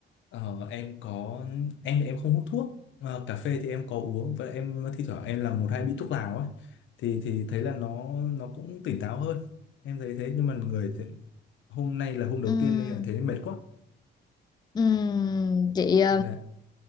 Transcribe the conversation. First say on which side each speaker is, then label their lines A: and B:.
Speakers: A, on the left (about 70°); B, on the left (about 20°).
A: Ờ, em có em thì em không hút thuốc Ờ, cà phê thì em có uống và em thi thoảng em làm một hai bị thuốc lào á thì thì thấy là nó nó cũng tỉnh táo hơn em thấy thế nhưng mà người thì, hôm nay là hôm đầu
B: Ừm,
A: tiên nên là thấy mệt quá
B: ừm, chị
A: dạ